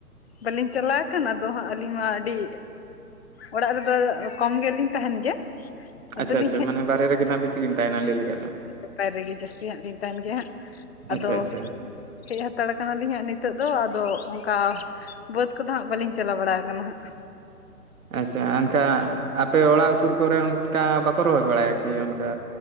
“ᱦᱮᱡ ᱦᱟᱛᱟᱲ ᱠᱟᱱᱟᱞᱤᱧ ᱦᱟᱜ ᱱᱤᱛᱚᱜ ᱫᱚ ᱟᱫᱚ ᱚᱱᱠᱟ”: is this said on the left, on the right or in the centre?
Left